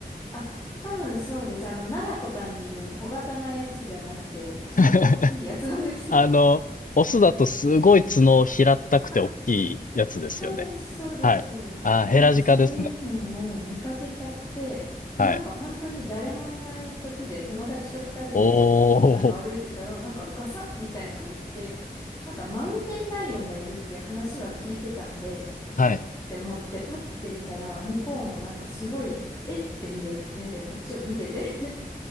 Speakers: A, on the left; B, on the left.
A: あ、多分そうです。あの、奈良とかにいる小型なやつじゃなくて、ちゃんと大きいやつなんですけど。
B: <laughs> あの、オスだとすごい角を平ったくて大きいやつですよね。
A: <laughs> あそうです、そうです。
B: はい。あー、ヘラジカですね。
A: なんかそういうのを見かけちゃって、で、
B: はい。
A: なんか本当に誰もいない時で友達と二人でなんか歩いてたら、
B: おー。
A: なんかガサッみたいなの言って、なんかマウンテンライオンがいるっていう話は聞いてたんで、
B: はい。
A: えって思ってパッて見たら、向こうもなんかすごい、えって目で、目でこっちを見てて